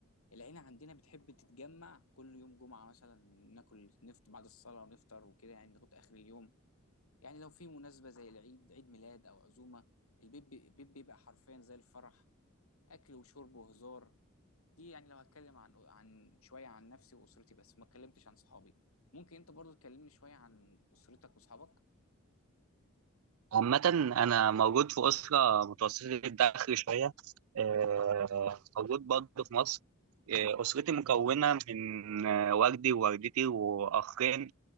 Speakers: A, on the left; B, on the right.
A: العيلة عندنا بتحب تتجمع كل يوم جمعة مثلا ناكل نفطر بعد الصلاة ونفطر وكده يعني لغاية آخر اليوم يعني لو في مناسبة زي العيد عيد ميلاد أو عزومة البيت بي- البيت بيبقى حرفيا زي الفرح أكل وشرب وهزار دي يعني لو هتكلم عن عن شوية عن نفسي وأسرتي بس ما اتكلمتش عن صحابي ممكن أنت برضو تكلمني شوية عن أسرتك وأصحابك
B: عامة أنا موجود في أسرة متوسطة الدخل شوية آه، موجود برضه في مصر آه، أسرتي مكونة من آه، والدي ووالدتي وأخين